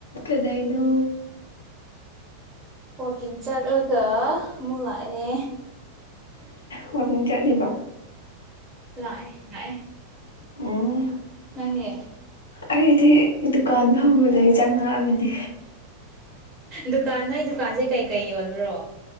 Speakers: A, on the left; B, on the right.
A: ꯀꯗꯩꯩꯅꯣ
B: ꯋꯥꯀꯤ ꯆꯠꯂꯒ ꯃꯂꯑ
A: <inaudible> ꯋꯥꯋꯀꯤꯡ ꯆꯠꯂꯤꯕ
B: ꯂꯥꯛꯑ ꯂꯑ
A: ꯎꯝ
B: ꯅꯪꯦ
A: ꯑꯩꯗꯤ ꯗꯨꯀꯥꯟ ꯐꯪꯕꯗꯩ ꯆꯪꯉꯛꯑꯒꯅꯤ
B: ꯗꯨꯀꯥꯟ ꯅꯣꯏ ꯗꯨꯀꯥꯟꯁꯦ ꯀꯩꯀꯩ ꯌꯣꯟꯕ꯭ꯔꯣ